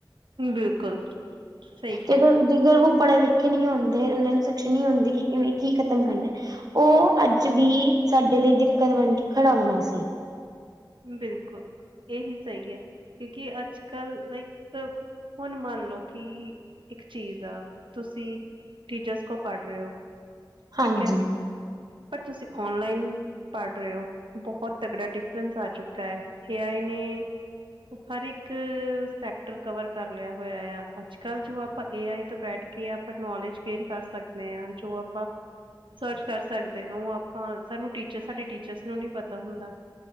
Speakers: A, on the right (about 90°); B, on the right (about 50°).
A: ਬਿਲਕੁਲ ਸਹੀ ਕਿਹਾ।
B: ਤੇ ਜੇਕਰ ਉਹ ਪੜ੍ਹੇ ਲਿਖੇ ਨਹੀਂ ਹੁੰਦੇ, ਉਹਨਾਂ ਨੂੰ ਸਖਸ਼ ਨਹੀਂ ਹੁੰਦੀ ਕਿ ਕਿਵੇਂ, ਕੀ ਖ਼ਤਮ ਕਰਨਾ ਉਹ ਅੱਜ ਵੀ, ਸਾਡੇ ਲਈ ਦਿੱਕਤ ਬਣ ਕੇ, ਖੜਾ ਹੋਣਾ ਸੀ।
A: ਬਿਲਕੁਲ, ਇਹ ਹੀ ਸਹੀ ਹੈ ਕਿਉਂਕਿ, ਅੱਜ -ਕੱਲ ਲਾਈਕ ਹੁਣ ਮੰਨ ਲਓ ਕਿ, ਇੱਕ ਚੀਜ਼ ਆ, ਤੁਸੀਂ ਟੀਚਰਸ ਕੋਲ, ਪੜ੍ਹ ਰਹੇ ਹੋ ਠੀਕ
B: ਹਾਂਜੀ।
A: ਹੈ ਪਰ ਤੁਸੀਂ ਔਨਲਾਈਨ ਪੜ੍ਹ ਰਹੇ ਹੋ, ਬਹੁਤ ਤਗੜਾ ਡਿਫਰੈਂਸ ਆ ਚੁੱਕਾ ਕਿਆ ਨਈ ਹਰ ਇੱਕ, ਸੈਕਟਰ ਕਵਰ ਕਰ ਲਿਆ ਹੋਇਆ ਆ, ਅੱਜ -ਕੱਲ ਜੋ ਆਪਾਂ ਏ -ਆਈ ਤੋਂ ਬੈਠ ਕੇ ਆਪਾਂ ਨੋਲੇਜ ਗੇਨ ਕਰ ਸਕਦੇ ਆਂ, ਜੋ ਆਪਾਂ ਸਰਚ ਕਰ ਸਕਦੇ ਉਹ ਆਪਾਂ, ਸਾਨੂੰ ਟੀਚਰ ਸਾਡੇ ਟੀਚਰਸ, ਨੂੰ ਨਹੀਂ ਪਤਾ ਹੁੰਦਾ -ਹੁੰਦਾ